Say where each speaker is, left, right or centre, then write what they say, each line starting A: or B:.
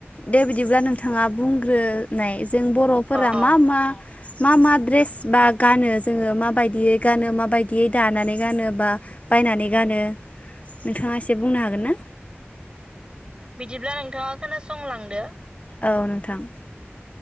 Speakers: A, on the left; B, on the right.
A: दे बिदिब्ला नोंथाङा बुंग्रोनाय जों बर'फोरा
B: अ अ
A: मा मा मा मा ड्रेस बा गानो? जोङो माबायदियै गानो माबायदियै दानानै गानो। बा बायनानै गानो नोंथाङा एसे बुंनो हागोन ना?
B: बिदिब्ला नोंथाङा खोनासंलांदो
A: औ नोंथां।